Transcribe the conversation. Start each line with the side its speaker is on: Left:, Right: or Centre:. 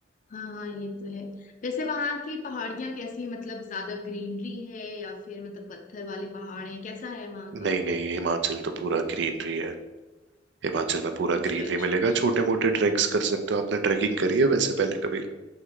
Left: हाँ हाँ ये तो है वैसे वहां की पहाड़ियाँ कैसी हैं? मतलब ज्यादा ग्रीनरी है या फिर मतलब पत्थर वाले पहाड़ है कैसा है वहां
Right: नहीं
Left: का
Right: नहीं हिमाचल तो पूरा ग्रीनरी है हिमाचल में पूरा
Left: अच्छा
Right: ग्रीनरी
Left: अच्छा
Right: मिलेगा
Left: अच्छा
Right: छोटे मोटे ट्रैक्स कर सकते हो आपने ट्रैकिंग करी है वैसे पहले कभी